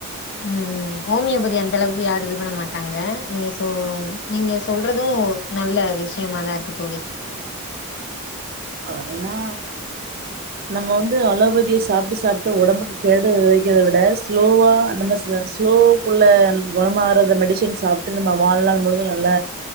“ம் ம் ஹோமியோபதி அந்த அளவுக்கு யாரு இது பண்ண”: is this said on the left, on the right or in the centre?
Left